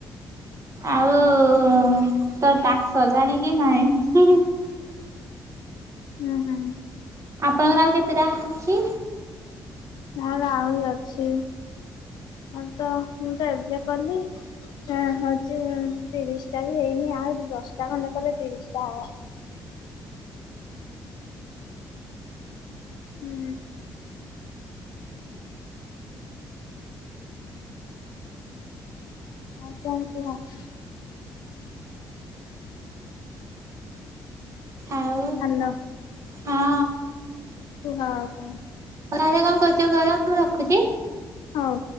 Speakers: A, on the right (about 45°); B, on the left (about 80°).
A: ଆଉ ତୋର ତାକ୍ ସଜାଣି କି ନହିଁ।
B: ହୁଁ ହୁଁ।
A: ଆପଣଙ୍କର ଆଉ କେତେଟା ଅଛି?
B: ମୋର ଆହୁରି ଅଛି ଆଉ ତ ମୁଁ ତ ଏବେ କଲି। ହଁ ହଉଛି ତିରିଶ ଟା ବି ହେଇନି ଆହୁରି ଦଶଟା ଖଣ୍ଡେ କଲେ ତିରିଶଟା ହବ। ହୁଁ। ଆଉ କଣ କୁହ।
A: ଆଉ
B: ହାଲୋ।
A: ହଁ
B: କୁହ ଆଉ କଣ।
A: ଘରେ କଣ କରୁଚ କର ମୁଁ ରଖୁଚି।
B: ହଉ।